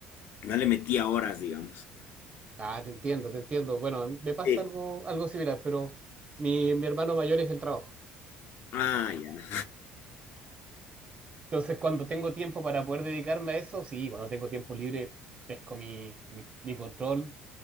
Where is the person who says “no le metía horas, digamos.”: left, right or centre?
Left